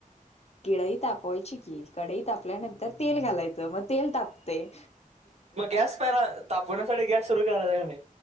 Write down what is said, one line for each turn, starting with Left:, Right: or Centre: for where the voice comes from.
Left: किडई तापवायची कि कढई तापल्यानंतर तेल घालायचं मग तेल तापतय
Right: मग गॅस पला तापवण्यासाठी गॅस सुरू करायचा की नाही